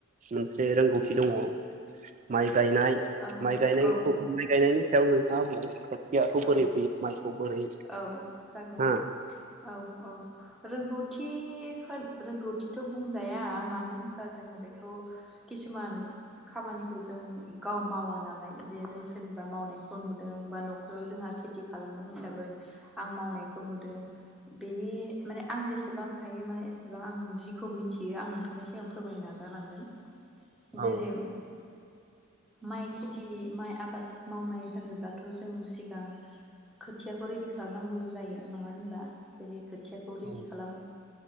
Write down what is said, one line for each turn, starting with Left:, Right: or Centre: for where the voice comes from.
Right: मोनसे रोंगौथि दङ। माइ गायनाय
Centre: औ
Right: माइ गायनायखौ
Centre: औ
Right: माइ गायनायनि सायाव नोंथाङा बुं खोथियाखौ बोरै
Centre: औ
Right: फैयो माइखौ बोरै
Centre: औ जागोन
Right: हा
Centre: औ औ रोंगौ। थि होन रोंगौथिथ' बुंजाया मानो होनबा जोङो बेखौ खिसुमान खामानिखौ जों गाव मावा नालाय जे जों सोरनिबा मावनायखौ नुदों बा न'ख ओ जोंहा खेथि खालामो हिसाबै। आं मावनायखौ नुदों। बेनि माने आं जेसेबां हायो माने एसेबां आं जिखौ मिथियो आं नोंथां <unintelligible> सिगां फोरमायनो नाजालांगोन जेरै
Right: औ
Centre: माइ खेथि माइ आबाद मावनाय होनोब्लाथ' जों सिगां खोथियाखौ रेडि खालामनांगौ जायो नङा होनब्ला जेरै खोथियाखौ रेडि
Right: औ
Centre: खालामो।